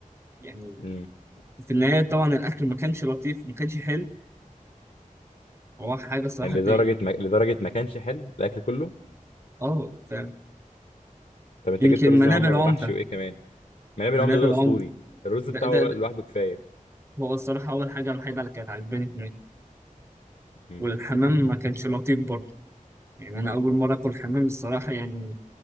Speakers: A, on the right; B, on the left.
A: يعني
B: امم
A: في النهاية طبعا الأكل ما كانش لطيف ما كانش حلو هو حاجة الصراحة
B: يعني لدرجه
A: تضايق
B: ما... لدرجه ما كانش حلو الاكل كله
A: اه فعلا
B: طب انت
A: يمكن
B: جبت رز
A: منابل
B: معمر
A: عمدة
B: ومحشي وايه كمان منابل العمده
A: منابل
B: ده اسطوري
A: عمدة
B: الرز
A: ده,
B: بتاعه
A: ده, ده
B: لوحده كفايه
A: هو الصراحة أول حاجة الوحيدة اللي كانت عجباني هناك
B: امم
A: والحمام ما كانش لطيف برضه يعني أنا أول مرة آكل حمام الصراحة يعني